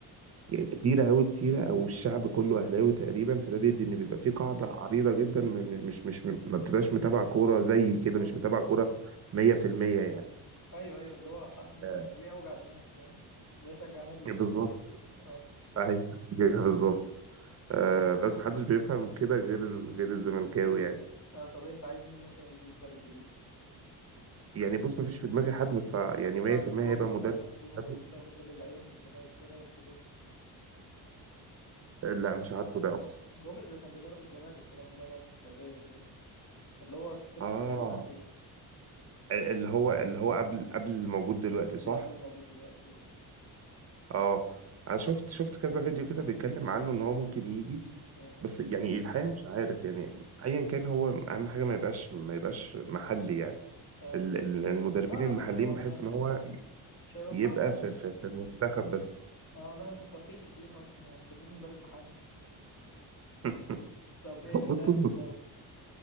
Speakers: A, on the right; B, on the left.
A: يعني كتيره قوي كتيره او الشعب كله اهلاوي تقريبا فده بيدي
B: مم.
A: ان بيبقى في قاعده عريضه جدا م- م- مش مش ما بتبقاش متابعه كوره زي
B: بالظبط
A: كده مش متابعه كوره 100% يعني
B: ايوه ايوه اللي هو حد اصل
A: آه،
B: ليه اوجع دماغي فاهم ليه اشجع نادي بيخسر
A: بالظبط
B: <laughs> اه
A: ايوه <laughs> بالظبط آه بس محدش بيفهم كده غير ال... غير الزملكاوي يعني
B: آه، طب انت عايز مين مثلا يجي مدرب جديد
A: يعني بص مفيش في دماغي حد بس يعني
B: ايه
A: 100%
B: رايك في جوميز
A: هيبقى مدرب
B: مثلا بما انكم
A: أجنبي.
B: بتاخدوا كل اللعيبه من الزمالك ايه رايك في جوميز
A: لا مش عارفه ده اصلا
B: جوميز اللي كان بيدرب الزمالك وراح يدرب في السعوديه دلوقتي اللي هو كسبكم
A: اه
B: في سوبر افريقيا
A: ال- اللي هو اللي هو قبل قبل الموجود دلوقتي صح
B: اللي قبل الموجود دلوقتي اهو
A: اه انا شفت شفت كذا فيديو كده بيتكلم عنه ان هو ممكن يجي
B: مم.
A: بس يعني الحقيقه مش عارف يعني ايا كان هو اهم حاجه ما يبقاش ما يبقاش محلي يعني
B: آه.
A: ال- ال- المدربين
B: لا لا
A: المحليين
B: ما هو مش هيبقى
A: بحس
B: محل
A: ان هو
B: مش هيبقى
A: يبقى
B: محل يعني
A: في في, في المنتخب بس
B: اه لا انتوا صارفين كتير اصلا يعني مش هتجيبوا مدرب محلي يعني.
A: <laughs>
B: طب ايه مين اللي هياخد
A: بطل
B: الدوري